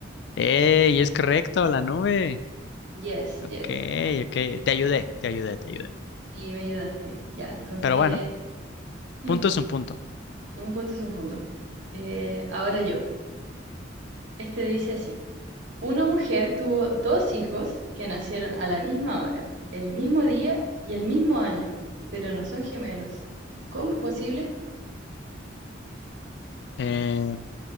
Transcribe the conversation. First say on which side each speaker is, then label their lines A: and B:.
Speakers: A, on the left; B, on the right.
A: ¡Ey! Es correcto, la nube.
B: Yes,
A: Ok,
B: yes.
A: ok. Te ayudé, te ayudé, te ayudé.
B: Y me ayudaste. Ya, entonces,
A: Pero bueno,
B: mm,
A: punto es un punto.
B: un punto es un punto. Eh, ahora yo. Este dice así. Una mujer tuvo dos hijos que nacieron a la misma hora, el mismo día y el mismo año, pero no son gemelos. ¿Cómo es posible?
A: Eh,